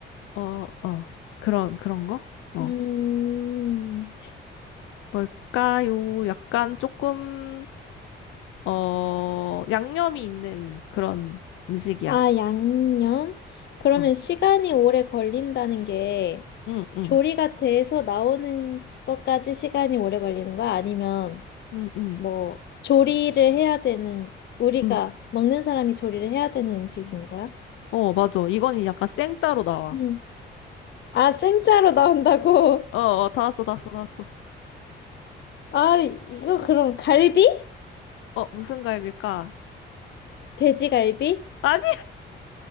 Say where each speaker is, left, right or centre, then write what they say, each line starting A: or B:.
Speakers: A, on the left; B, on the left.
A: 어, 어. 그런, 그런 거? 어.
B: 음.
A: 뭘까요? 약간 조금, 어, 양념이 있는 그런 음식이야.
B: 아, 양념? 그러면
A: 응,
B: 시간이 오래 걸린다는 게
A: 응, 응,
B: 조리가 돼서 나오는 것까지 시간이 오래 걸리는 거야? 아니면
A: 응, 응,
B: 뭐 조리를 해야 되는 우리가
A: 응.
B: 먹는 사람이 조리를 해야 되는 음식인 거야?
A: 어, 맞아. 이건 약간 생짜로 나와.
B: 음. 아, 생짜로 나온다고?
A: 어, 어, 다 왔어, 다 왔어, 다 왔어.
B: 아, 이거 그럼 갈비?
A: 어, 무슨 과일일까?
B: 돼지갈비?
A: 아니,